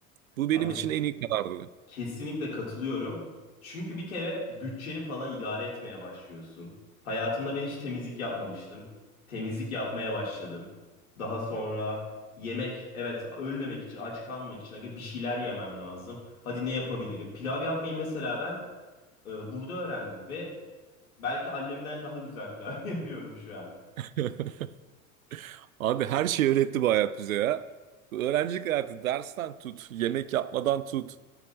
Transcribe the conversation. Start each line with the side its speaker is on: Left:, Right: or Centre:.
Right: Bu benim
Left: Aga
Right: için en iyi karardı.
Left: Kesinlikle katılıyorum. Çünkü bir kere bütçeni falan idare etmeye başlıyorsun. Hayatımda ben hiç temizlik yapmamıştım. Temizlik yapmaya başladım. Daha sonra yemek, evet ölmemek için, aç kalmamak için aga bir şeyler yemem lazım. Hadi ne yapabilirim? Pilav yapmayı mesela ben e, burada öğrendim ve belki annemden daha güzel pilav <laughs> yapıyorum şu an.
Right: <laughs> Abi her şeyi öğretti bu hayat bize ya. Bu öğrencilik hayatı dersten tut, yemek yapmadan tut.